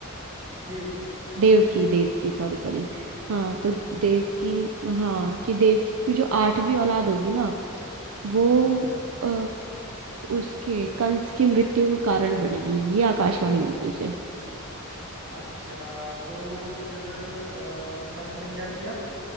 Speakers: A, on the right (about 55°); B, on the right (about 75°).
A: देवकी
B: देवकी देवकी Sorry sorry
A: हाँ हाँ, हाँ।
B: हाँ तो देवकी
A: हम्म,
B: हाँ कि देवकी की जो आठवीं औलाद होगी ना वो
A: हाँ हाँ
B: अ, उसके कंस की मृत्यु का कारण बनेगी ये आकाशवाणी हुई थी उसे
A: अच्छा तो फिर अ, कंस ने क्या किया